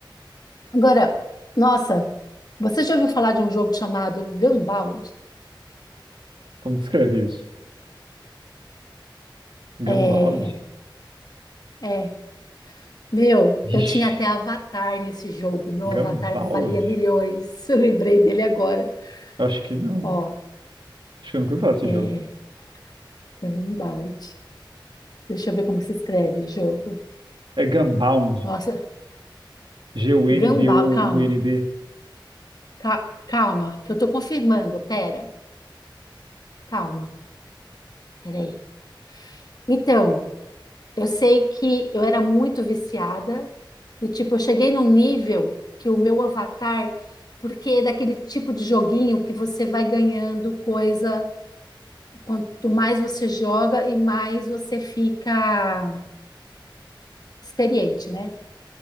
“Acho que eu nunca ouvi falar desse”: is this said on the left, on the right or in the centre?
Right